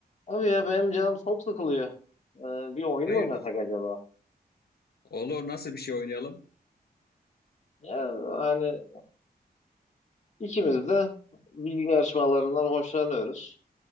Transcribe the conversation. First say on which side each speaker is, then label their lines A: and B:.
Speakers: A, on the left (about 45°); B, on the left (about 70°).
A: Abi ya benim canım çok sıkılıyor. Ee, bir oyun
B: Hayırdır?
A: mu oynasak acaba?
B: Olur. Nasıl bir şey oynayalım?
A: Ya hani ikimiz de bilgi yarışmalarından hoşlanıyoruz.